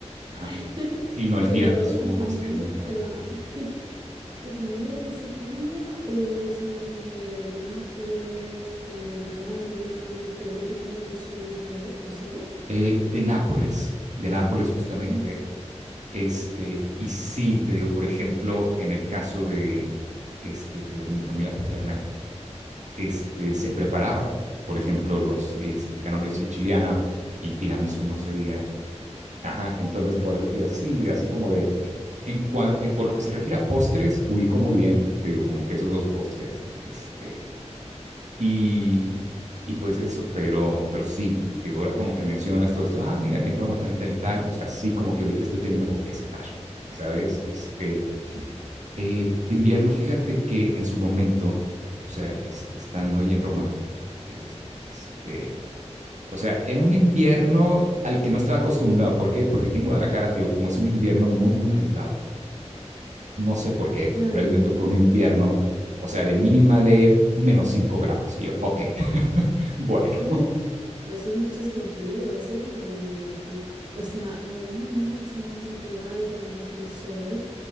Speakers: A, on the right; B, on the right.
A: Ajá.
B: <laughs>
A: Sí, no, el
B: Pero
A: tiramisú,
B: tu familia,
A: no se diga.
B: perdona.
A: Ajá.
B: <laughs> ¿Tu familia es de Sicilia o es más de, de Nápoles, de Calabria? ¿De qué, de qué zona del sur de Italia es? ¿Lo sabes?
A: Eh, de Nápoles, de Nápoles justamente,
B: Mm,
A: Este, y sí, te digo, por ejemplo, en el caso de, este, te digo, de mi familia paterna, este, se preparaba, por ejemplo, los este, canales siciliana, el tiramisú, no se diga. Ajá, entonces por eso te digo, sí, así como de, en cua- eh, por lo que se refiere a postres, ubico muy bien, te digo, como que esos dos postres, este, y, y pues eso, pero, pero sí, te ahora como que mencionas todo esto, ah, mira que en Roma tal y tal y tal, o sea, sí como que ahorita estoy teniendo como que ese flashback, ¿sabes? Este, eh, de invierno, fíjate que en su momento, o sea, este, estando ahí en Roma, te digo, es- este, o sea, era un invierno al que no estaba acostumbrado, ¿por qué? Porque aquí en Guadalajara, te digo, como es un invierno muy, muy templado, no sé por qué,
B: claro.
A: pero ahí me tocó un invierno, o sea, de mínima de menos 5 grados, y yo, ok, <laughs> bueno.
B: Uh, pues es muchísimo frío, eso yo no lo he vivido aquí. O sea, alguna noche muy puntual cuando baja el sol,